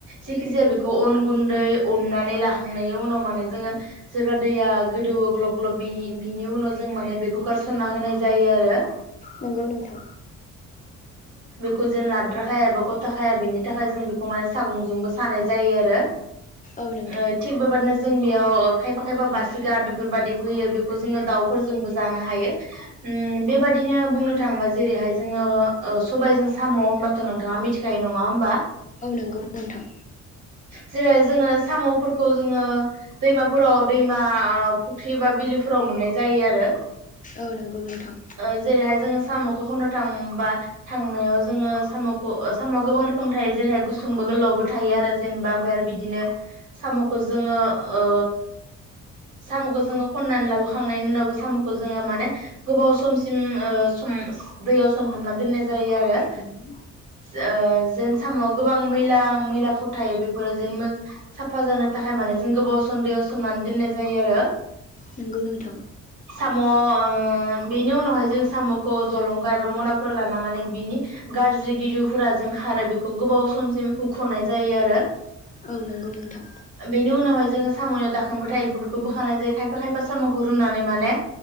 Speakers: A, on the right; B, on the left.
A: जिखिजाया बेखौ अन गुन्दै अननानै लाखांनायनि उनाव माने जोङो जेब्ला दैया गोदौवो ग्लब ग्लब बेनि-बिनि उनाव जों माने बेखौ गारसनना होनाय जायो आरो।
B: नंगौ नोंथौ।
A: खौ
B: <inaudible>
A: लाद्राखाया एबा ग'थाखाया बेनि थाखाय जों बेखौ माने सागंजोंबो सानाय जा जायो आरो
B: औ नोंथां
A: ओ थिग बेबादिनो जों बेयाव खायफा खायफा बासिगा बेफोरबायदिबो होयो बेखौ जोंङो दाउफोरजोंबो जानो हायो उम बेबादिनो बुंनो थाङोबा जेरैहाय जोंङो ओ सबायजों साम' होनबाथ नोंथांङा मिथिखायो नंङा होमबा।
B: औ नंगौ नोंथां।
A: जेरै जोङो साम'फोरखौ जोंङो दैमाफोराव दैमा ओ फुख्रि बा बिलोफोराव मोननाय जायो आरो।
B: औ नंगौ नोंथां
A: ओ जेरैहाय जोंङो साम' खौ खननो थांबा थांनायाव ज जोङो साम'खौ साम'आ गोबां रोखोम थायो जेरै गुसुंबो गोलावबो थायो आरो जेनेबा ओमफ्राय आरो बिदिनो सामखौ जोंङो ओ सामखौ जोङो खन्नानै लाबोखांनायनि उनावबो सामखौ जोङो माने गोबाव समसिम ओ सम दैयाव सोम हाबना दोननाय जायो आरो
B: <inaudible>
A: ओ जेन साम गोबां मैला मैलाफोर थायो बेफोरो जेन मोज साफा जानो थाखाय माने जों गोबाव सम दैयाव सोमनानै दोननाय जायो आरो
B: नंगौ नोंथां
A: साम' ओ बेनि उनावहाय जों सामखौ जलंगा एबा मनाफोराव लाना माने बिनि गाज्रि गिदुफोरा जेन खारो बेखौ गोबाव समसिम हुखनाय जायो आरो
B: औ नंगौ नोंथां
A: बेनि उनावहाय जोङो सामनियाव दाखोनबो थायो बेफोरखौ बोखानाय जायो खायफा खायफा सामखौ रुनानै माने